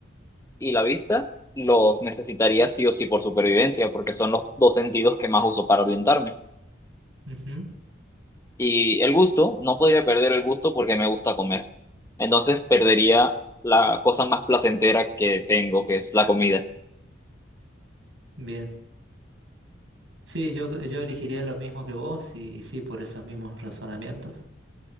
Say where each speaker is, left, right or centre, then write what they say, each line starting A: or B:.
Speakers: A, on the left (about 15°); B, on the right (about 80°).
A: y la vista, los necesitaría sí o sí por supervivencia, porque son los dos sentidos que más uso para orientarme.
B: ujú,
A: Y el gusto, no podría perder el gusto porque me gusta comer. Entonces perdería la cosa más placentera que tengo, que es la comida.
B: bien. Sí, yo, yo elegiría lo mismo que vos y, sí, por esos mismos razonamientos.